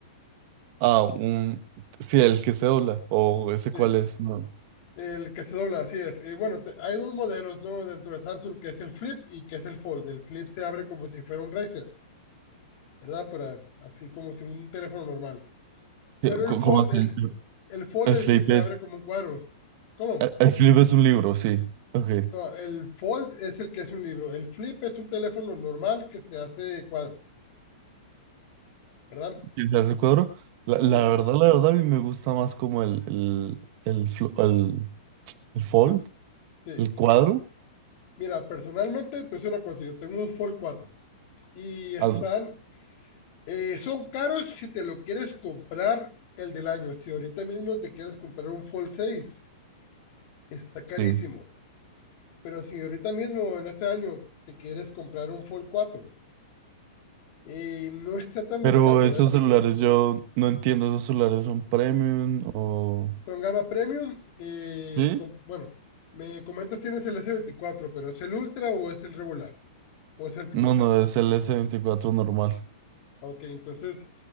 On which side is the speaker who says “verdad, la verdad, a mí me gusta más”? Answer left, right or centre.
Right